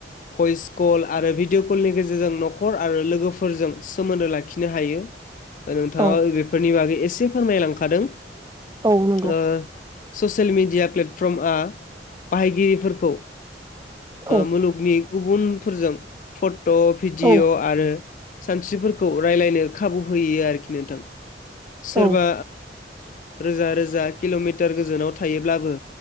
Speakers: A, on the left (about 45°); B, on the right (about 20°).
A: भइस कल आरो भिडिय' कलनि गेजेरजों न'खर आरो लोगोफोरजों सोमोन्दो लाखिनो हायो नोंथाङा
B: औ
A: बेफोरनि बागै एसे फोरमायलांखादों
B: औ नंगौ
A: ओ ससियेल मिडिया प्लेटफर्म बाहायगिरि
B: औ
A: मुलु गुबुनफोरजों फट' भिडिअ'
B: औ
A: आरो सानस्रिफोरखौ रायज्लायनो खाबु होयो आरोखि नोंथां सोरबा
B: औ
A: रोजा रोजा किल'मिटार गोजानाव थायोब्लाबो